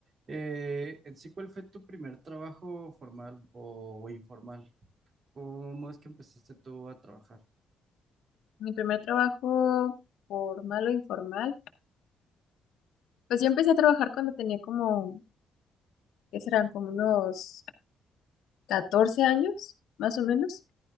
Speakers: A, on the right; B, on the left.
A: Eh, en sí, ¿cuál fue tu primer trabajo formal o, o informal? ¿Cómo es que empezaste tú a trabajar?
B: Mi primer trabajo formal o informal, pues yo empecé a trabajar cuando tenía como, ¿qué serán? Como unos 14 años, más o menos.